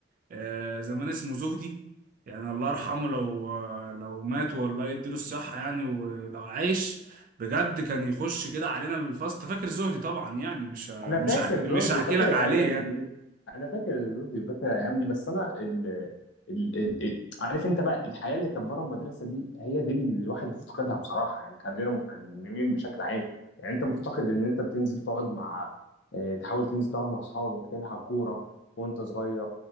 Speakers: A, on the right (about 45°); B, on the left (about 75°).
A: آه، زمان اسمه زهدي يعني الله يرحمه لو لو مات والله يديله الصحه يعني ولو عايش بجد كان يخش كده علينا الفصل فاكر زهدي طبعا يعني مش ه-
B: انا
A: مش
B: فاكر
A: هحكي
B: جودي
A: مش هحكي
B: فاكر
A: لك
B: الايام
A: عليه
B: دي
A: يعني
B: انا فاكر جودي فاكر الايام دي بس انا ال... ال... ال... ال- عارف انت بقى الحياه اللي كانت بره المدرسه دي هي دي اللي الواحد بيفتقدها بصراحه يعني خلينا متكلمين بشكل عام يعني انت مفتقد ان انت بتنزل تقعد مع آه، تحاول تنزل تقعد مع اصحابك تلعب كوره وانت صغير